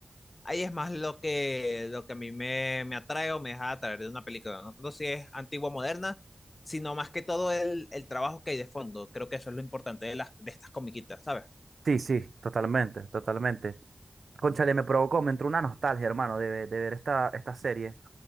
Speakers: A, on the left; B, on the right.
A: ahí es más lo que, lo que a mí me, me atrae o me deja atraer de una película. No tanto si es antigua o moderna, sino más que todo el, el trabajo que hay de fondo. Creo que eso es lo importante de, las, de estas comiquitas, ¿sabes?
B: Sí, sí, totalmente, totalmente. Cónchale, me provocó, me entró una nostalgia, hermano, de, de ver esta, esta serie.